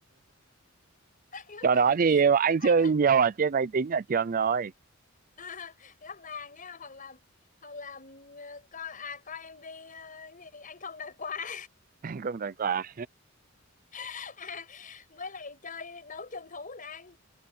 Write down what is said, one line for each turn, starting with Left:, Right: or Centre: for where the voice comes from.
Left: <laughs> gấp
Right: trò đó
Left: vàng
Right: thì anh
Left: à,
Right: chơi
Left: gấp
Right: nhiều ở trên máy tính ở trường rồi.
Left: <laughs> À, gắp vàng nhá hoặc là hoặc là ừm, ờ, coi à coi MV ờ, cái gì anh không đòi quà
Right: <laughs> Anh không đoán quả.
Left: <laughs> à, với lại chơi đấu trường thú nè anh